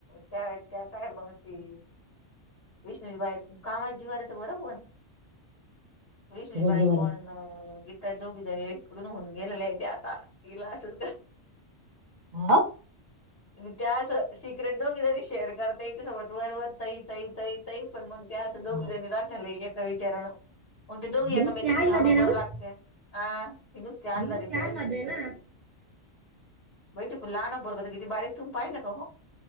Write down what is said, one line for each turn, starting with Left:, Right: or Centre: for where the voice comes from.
Left: त्या त्या काय मगती विष्णूजी बाई कामा जी वर आहे तर बरोबर. ऋिषषभई
Right: रंजीवर
Left: कोण
Right: येते
Left: गी तर दोघी जण इकडून होऊन गेलेले आहे ते आता इल असं तर
Right: हा.
Left: म त्या अस सिक्रेट न कि मी शेअर करता येई सोबत वर वर तही तही तही तही पण मग त्या असं दोघी
Right: हा.
Left: जणी राांधला एका विचारान मग ते दोघी
Right: मी
Left: एकामेकीची
Right: नुसती आणला
Left: कामं
Right: दे ना
Left: करू
Right: मी
Left: लागत हा हनुस तल
Right: नुसती
Left: लाध्येे खरंच.
Right: आणला दे ना
Left: बई त प लहान बरगत किती बारीक तुून पाहिलं का हो.